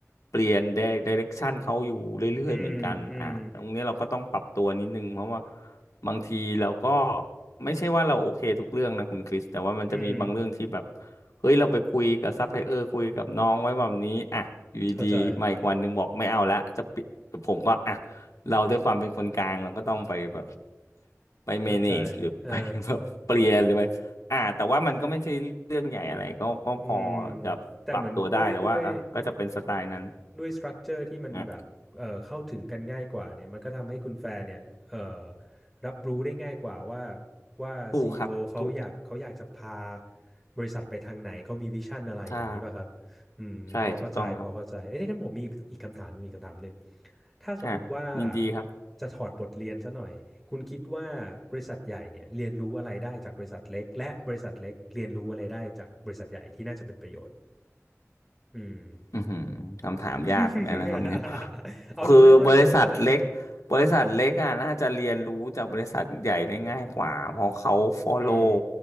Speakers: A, on the left (about 85°); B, in the centre.
A: เปลี่ยน direction เขาอยู่เรื่อยๆเหมือนกันอ่ะตรงนี้เราก็ต้องปรับตัวนิดนึงเพราะว่า
B: อืมอืม
A: บางทีเราก็ไม่ใช่ว่าเราโอเคทุกเรื่องนะคุณคริสแต่ว่ามันจะมีบางเรื่องที่แบบ
B: อืม
A: เฮ้ยเราไปคุยกับซัพพลายเออร์คุยกับน้องไว้แบบนี้อ่ะอยู่ดีๆมาอีกวันหนึ่งบอกไม่เอาละจะปิดผมก็อ่ะ
B: เข้าใจ
A: เราด้วยความเป็นคนกลางเราก็ต้องไปแบบไปเมเนจหรือ
B: เข้าใจ
A: <laughs>
B: อ่า
A: ไปแบบเปลี่ยนหรือไปอ่ะแต่ว่ามันก็ไม่ใช่เรื่องใหญ่อะไรก็ก็พอจะปรับตัวได้แต่ว่าอ่ะก็จะเป็นสไตล์นั้น
B: อืมแต่เหมือนด้วยด้วยด้วยสตรัคเจอร์ที่มันแบบเอ่อเข้าถึงกันง่ายกว่าเนี่ยมันก็ทำให้คุณแฟร์เนี่ยเอ่อ
A: อ่ะ
B: รับรู้ได้ง่ายกว่าว่าว่าซีอีโอเขาอยากเขาอยากจะพา
A: ถูกครับถูก
B: บริษัทไปทางไหน เขามีวิชั่นอะไรอย่างนี้ป่ะครับ
A: ใช่
B: อืมพอเข้าใจพอเข้าใจเอ้ยงั้นผมมีอีกคำถามมีอีกคำถามหนึ่ง
A: ใช่ถูกต้องครับ
B: ถ้าสมมุติว่า
A: ฮะยินดีครับ
B: จะถอดบทเรียนซะหน่อยคุณคิดว่าบริษัทใหญ่เนี่ยเรียนรู้อะไรได้จากบริษัทเล็กและบริษัทเล็กเรียนรู้อะไรได้จากบริษัทใหญ่ที่น่าจะเป็นประโยชน์อืม
A: อือหือคำถามยากเหมือนกันนะครับเนี่ย
B: <laughs> เอาเร็วๆฮะเร็วๆเออ
A: คือบริษัทเล็กบริษัทเล็กอ่ะน่าจะเรียนรู้จากบริษัทใหญ่ได้ง่ายกว่าเพราะเขา follow
B: อืม